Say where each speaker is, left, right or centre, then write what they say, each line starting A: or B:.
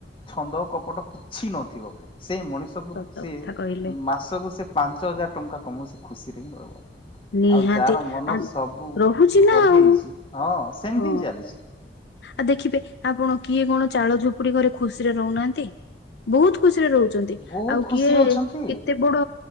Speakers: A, on the left (about 30°); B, on the left (about 70°).
A: ଛନ୍ଦ କପଟ କିଛି ନଥିବ। ସେ ମଣିଷକୁ
B: ସତ
A: ସେ
B: କଥା କହିଲେ
A: ମାସକୁ ସେ ପାଞ୍ଚ ପାଞ୍ଚ ହଜାର ଟଙ୍କା କମଉ ସେ ଖୁସିରେ ହିଁ ରହିବ।
B: ନିହାତି
A: ଆଉ ଯାହାର ମନ
B: ଆ
A: ସବୁ
B: ରହୁଛି
A: ଭରି
B: ନା ଆଉ
A: ଯଇଛି ହଁ ସେମିତି
B: ହଁ
A: ହିଁ ଚାଲିଛି।
B: ଆଉ ଦେଖିବେ ଆପଣ କିଏ କଣ ଚାଳ ଝୁପୁଡି ଘରେ ଖୁସିରେ ରହୁନାହାନ୍ତି। ବହୁତ ଖୁସି ରହୁଛନ୍ତି।
A: ବହୁତ
B: ଆଉ
A: ଖୁସିରେ
B: କିଏ
A: ଅଛନ୍ତି।
B: କେତେ ବଡ